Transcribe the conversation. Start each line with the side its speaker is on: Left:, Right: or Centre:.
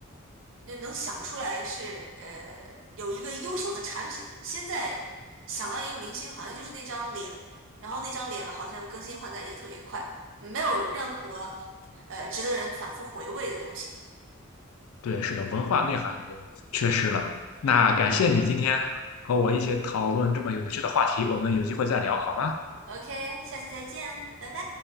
Right: 就能想出来是呃有一个优秀的产品的。现在想到一个明星，好像就是那张脸，然后那张脸好像更新换代也特别快，没有任何呃值得人反复回味的东西。
Left: 对，是的，文化内涵已经缺失了。那感谢你今天和我一起讨论这么有趣的话题，
Right: 嗯
Left: 我们有机会再聊好吗？
Right: ，OK，下次再见，拜拜。